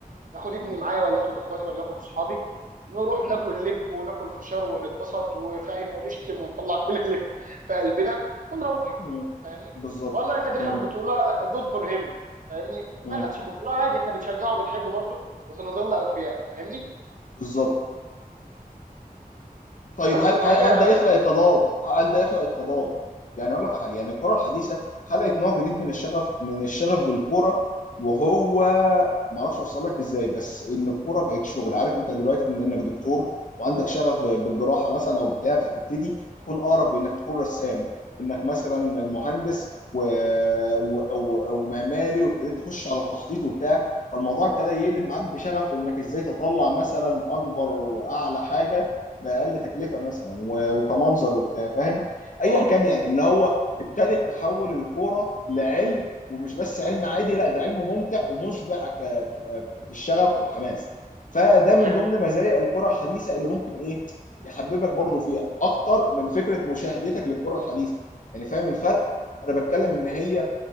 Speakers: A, on the right; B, on the left.
A: اخد ابني
B: م-
A: معايا ولا اخد اخواتي ولا اخد اصحابي نروح ناكل
B: م-
A: لب وناكل فشار ونتبسط وفاهم ونشتم ونطلع كل اللي في في قلبنا ونروح
B: م.
A: فاهمني
B: بالظبط
A: والله النادي
B: م-
A: خد بطوله جود فور هيم فاهمني
B: م.
A: ما خدش بطوله عادي احنا بنشجعه وبنحبه برضه وسنظل اوفياء فاهمني
B: بالظبط طيب
A: بس
B: هل
A: فهي
B: هل هل ده يخلق التضاد؟ هل ده يخلق التضاد؟ يعني اقول لك على حاجه يعني الكره الحديثه خلقت نوع جديد من الشغف من الشغف بالكوره وهو ما اعرفش اوصل لك ازاي بس ان الكوره بقت شغل عارف انت دلوقتي ان انك دكتور وعندك شغف ب-
A: مم.
B: بالجراحه مثلا او بتاع فتبتدي تكون اقرب بانك تكون رسام انك مثلا مهندس و... و... و... ومعماري وابتديت تخش على التخطيط وبتاع فالموضوع ابتدى يقلب معاك بشغف وانك ازاي تطلع مثلا اكبر واعلى حاجه باقل تكلفه مثلا و- وكمنظر وبتاع فاهم
A: اه
B: ايا كان يعني اللي هو ابتدت تحول الكوره لعلم ومش بس علم عادي لا ده علم ممتع ومشبع ك... ك... في الشغف والحماس فده من
A: حلو
B: ضمن مزايا الكره الحديثه اللي ممكن ايه يحببك برضو فيها اكتر من فكره مشاهدتك للكره الحديثه يعني فاهم الفرق انا بتكلم ان
A: مم.
B: هي